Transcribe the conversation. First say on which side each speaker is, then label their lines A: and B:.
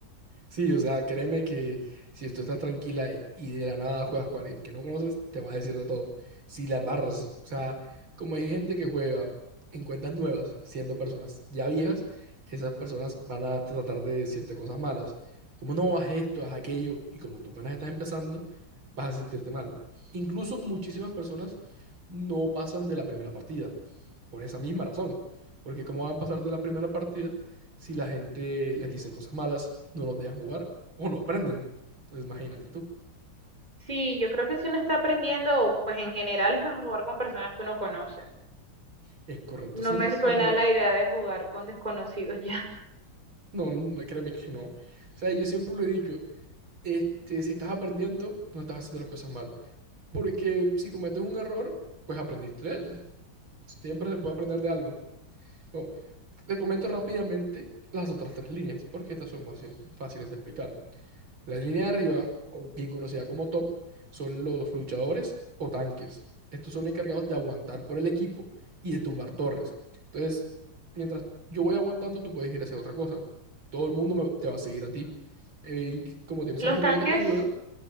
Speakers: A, on the right (about 85°); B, on the right (about 20°).
A: Sí, o sea, créeme que si tú estás tranquila y de la nada juegas con alguien que no conoces, te va a decir de todo. Si la embarras, o sea, como hay gente que juega en cuentas nuevas, siendo personas ya viejas, esas personas van a tratar de decirte cosas malas. Como no, haz esto, haz aquello, y como tú apenas estás empezando, vas a sentirte mal. Incluso muchísimas personas no pasan de la primera partida, por esa misma razón. Porque ¿cómo van a pasar de la primera partida si la gente les dice cosas malas, no los dejan jugar o no aprenden. Entonces, imagínate tú.
B: Sí, yo creo que si uno está aprendiendo, pues en general es mejor jugar con personas que uno conoce.
A: Es correcto,
B: No
A: siempre
B: me suena
A: es mejor.
B: la idea de jugar con desconocidos <laughs> ya.
A: No, no, créeme que no. O sea, yo siempre lo he dicho, este, si estás aprendiendo, no estás haciendo las cosas mal. Porque si cometes un error, pues aprendiste de él. Siempre se puede aprender de algo. Bueno, te comento rápidamente las otras tres líneas, porque estas son más eh, fáciles de explicar. La línea de arriba, o bien conocida como top, son los luchadores o tanques. Estos son encargados de aguantar por el equipo y de tumbar torres. Entonces, mientras yo voy aguantando, tú puedes ir haciendo otra cosa. Todo el mundo me- te va a seguir a ti. Eh, y como tienes
B: Los
A: al jungla
B: tanques
A: que te ayuda,